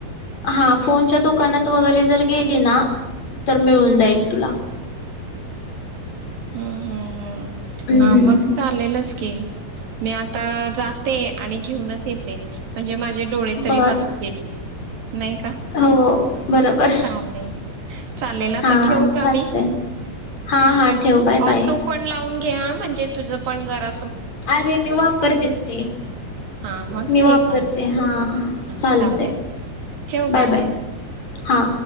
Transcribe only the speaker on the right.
हम् हम् हम्
हा मग चालेलच की मी आता जाते आणि घेऊनच येते म्हणजे माझ डोळे तरी
वाचतील नाही का
चालेल चालेल आता
ठेवू का
मी
ह
तू पण लावून घ्या म्हणजे तुझं पण जरा
हा मग
ठीक
आहे
हा
चालेल ठेवू
का?